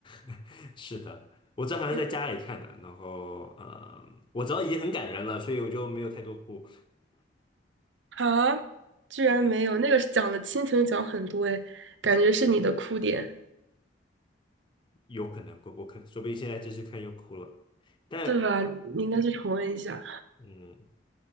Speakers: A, on the left; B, on the right.
A: <laughs> 是的，我这还是在家里看的，
B: 嗯
A: 然后呃，我知道已经很感人了，所以我就没有太多哭，
B: 啊，居然没有，那个是讲的亲情讲很多诶，感觉是你的哭点，
A: 有可能过过可说不定现在继续看又哭了，但
B: 对吧？你你应该去重温一下，
A: 嗯，